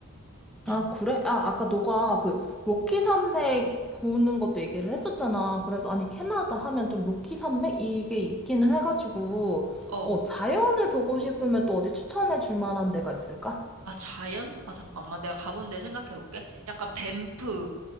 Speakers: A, on the right; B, in the centre.
A: 응,
B: 아, 그래? 아, 아까 너가 그 로키 산맥 보는 것도 얘기를 했었잖아. 그래서 아니, 캐나다 하면 좀 로키 산맥? 이게 있기는 해가지고,
A: 어.
B: 어, 자연을 보고 싶으면 또 어디 추천해 줄 만한 데가 있을까?
A: 아, 자연? 아, 잠깐만. 내가 가본 데 생각해 볼게. 약간 밴프,